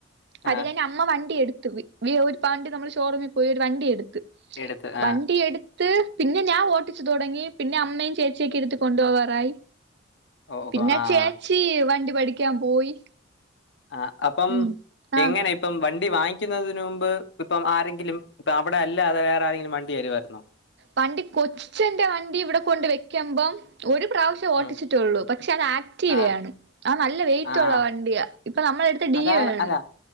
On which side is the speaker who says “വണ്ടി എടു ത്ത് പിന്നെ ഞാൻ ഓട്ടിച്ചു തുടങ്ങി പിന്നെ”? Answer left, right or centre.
Right